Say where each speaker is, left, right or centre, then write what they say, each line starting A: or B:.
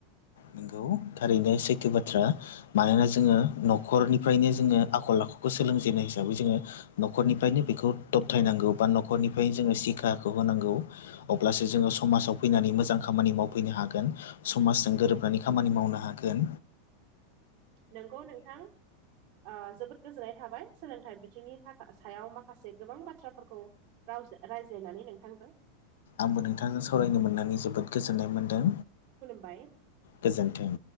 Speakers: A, on the left; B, on the right.
A: नंगौ थारैनो सेैथो बाथ्रा मानोना जोंङो न'खरनिफ्रायनो जोंङो आखल-आखुखौ सोलोंजेनाय हिसाबै जोंङो न'खरनिफ्रायनो बेखौ दबथायनांगौ बा न'खरनिफ्रायनो जोंङो सिखाखौ होनांगौ। अब्लासो जोंङो समाजाव फैनानै मोजां खामानि मावफैनो हागोन समाजजों गोरोबनानै खामानि मावनो। हागोन।
B: नंगौ नोंथां ओ जोबोद गोजोननाय थाबाय सोलोंथाइ बिथिंनि थाखा सायाव माखासे गोबां बाथ्राफोरखौ राव रायज्लायनानै नोंथांजों
A: आंबो नोंथांजों सावरायनो मोननानै जोबोद गोजोननाय मोन्दों।
B: खुलुमबाय
A: गोजोन्थों।